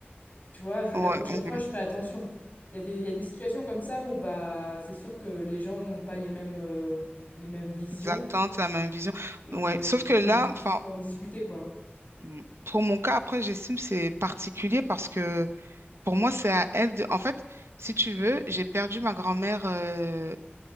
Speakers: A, on the left (about 45°); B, on the right (about 90°).
A: Tu vois, je-
B: ouais.
A: la
B: on-
A: prochaine
B: on-
A: fois, je ferai attention. Il y a des, il y a des situations comme ça où bah, c'est sûr que les gens n'ont pas les mêmes, euh, les mêmes visions.
B: Des attentes, la même vision.
A: Et
B: Ouais,
A: mais
B: sauf que
A: c'est-
B: là, enfin,
A: faut en discuter, quoi.
B: mm, pour mon cas, après, j'estime que c'est particulier parce que pour moi, c'est à elle de. En fait, si tu veux, j'ai perdu ma grand-mère euh,